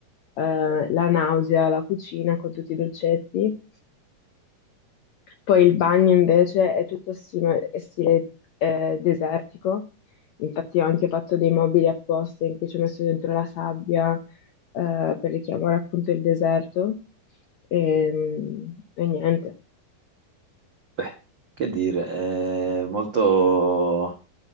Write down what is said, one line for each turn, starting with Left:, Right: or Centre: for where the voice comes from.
Left: eh, la nausea, la cucina con tutti i dolcetti. Poi il bagno invece è tutto stime- stile, eh, desertico, infatti ho anche fatto dei mobili apposta in cui ci ho messo dentro la sabbia eh, per richiamare appunto il deserto e, e niente.
Right: Beh, che dire, è molto...